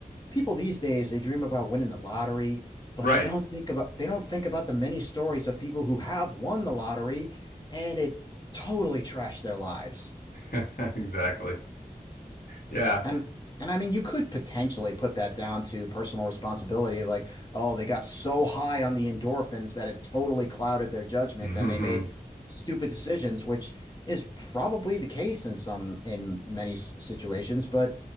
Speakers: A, on the left; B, on the left.
A: people these days they dream about winning the lottery, but
B: Right.
A: they don't think about they don't think about the many stories of people who have won the lottery and it totally trashed their lives.
B: <laughs> exactly. Yeah.
A: And and I mean, you could potentially put that down to personal responsibility, like, oh, they got so high on the endorphins that it totally clouded their judgment
B: hmm
A: and they made stupid decisions, which is probably the case in some in many s- situations, but